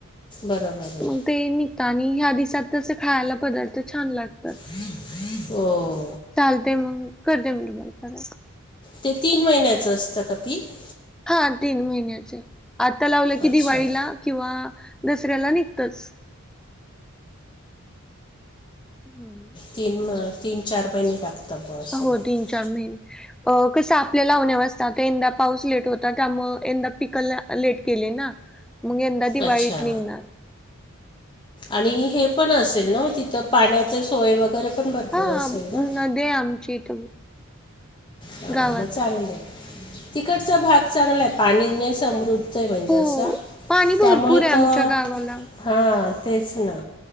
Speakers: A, on the left; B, in the centre.
A: बरोबर आहे
B: मग ते निघता आणि ह्या दिवसात तसे खायला पदार्थ छान लागतात.
A: <inaudible> हो
B: चालतय मग करते मी मग लगेच परत
A: ते तीन महिन्याचं असतं ‌पिक
B: हा तीन महिन्याचे आता लावलं की
A: अच्छा
B: दिवाळीला किंवा दसऱ्याला निघतच. हम्म.
A: तीन, तीन, चार महिने लागतात बुवा असं
B: हो
A: मग
B: तीन, चार महिने कसं आपल्या लावण्या वर असतं ता यंदा पाऊस लेट होता त्यामुळं यंदा पिक लेट केले ना मग यंदा दिवाळीत
A: अच्छा
B: निघणार.
A: आणि हे पण असेल ना तिथं पाण्याचे सोय वगैरे, पण भरपूर
B: हा
A: असेल
B: नदी
A: ना
B: आहे आमची इथ
A: हा
B: गावात.
A: मग चांगलंय तिकडचा भाग चांगलाय पाणी नी समृद्ध म्हणजे
B: हो
A: असं
B: पाणी
A: त्यामुळे
B: भरपूर आहे
A: तर
B: आमच्या गावाला.
A: हा तेच ना